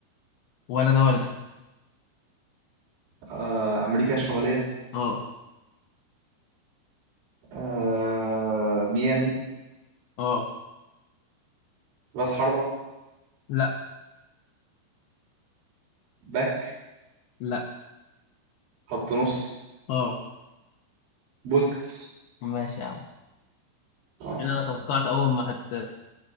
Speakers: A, on the left; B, on the right.
A: ولا ده ولا ده
B: آه امريكا الشماليه
A: اه
B: آه ميامي
A: اه
B: راس حربة
A: لا
B: باك
A: لا
B: خط نص
A: اه
B: بوسكيتس
A: ماشي يا عم
B: اه
A: يعني انا توقعت اول ما هت